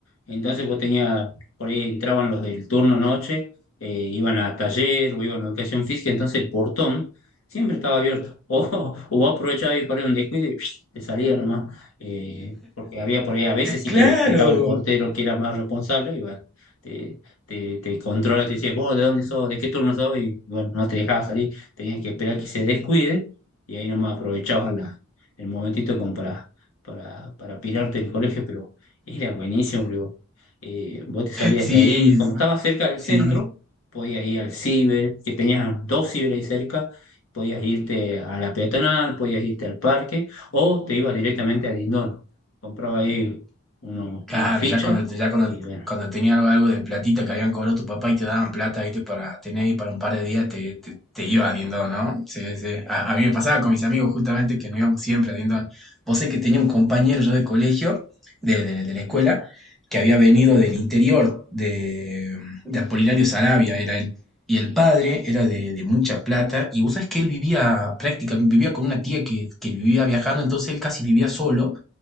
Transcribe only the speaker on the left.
entonces vos tenías, por ahí entraban los del turno noche, eh, iban a taller o iban a educación física, entonces el portón siempre estaba abierto. <laughs> O, o vos aprovechabas y por ahí un descuido y psh, te salía nomás, eh, porque había por ahí a veces sí
que, que estaba el portero que era más responsable y bueno, te, te, te controla, te decía, vos de dónde sos, de qué turno sos y bueno, no te dejaba salir tenías que esperar que se descuide y ahí nomás aprovechabas la- el momentito como para, para, para pirarte el colegio, pero era buenísimo, digo. Eh, vos te salías
de ahí y como estabas cerca del
centro, podías ir al ciber, que tenías dos ciber ahí cerca, podías irte a la peatonal, podías irte al parque, o te ibas directamente a Lindón, compraba ahí uno,
unas fichas
y bueno,